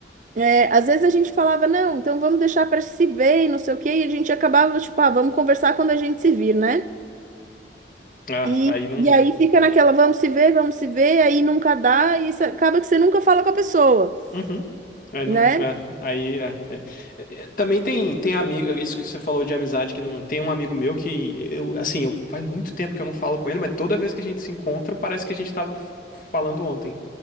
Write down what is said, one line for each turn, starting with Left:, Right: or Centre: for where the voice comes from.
Right: é, às vezes a gente falava, não, então vamos deixar para se ver e não sei o quê, e a gente acabava, tipo, ah, vamos conversar quando a gente se vir, né?
Left: Ah,
Right: E,
Left: aí não.
Right: e aí fica naquela, vamos se ver, vamos se ver, aí nunca dá, e isso acaba que você nunca fala com a pessoa,
Left: Uhum. É, não,
Right: né?
Left: é, aí, é, é. É, é, Também tem, tem amigo, isso que você falou de amizade, que não tem um amigo meu que eu, assim, eu, faz muito tempo que eu não falo com ele, mas toda vez que a gente se encontra, parece que a gente tava f- falando ontem.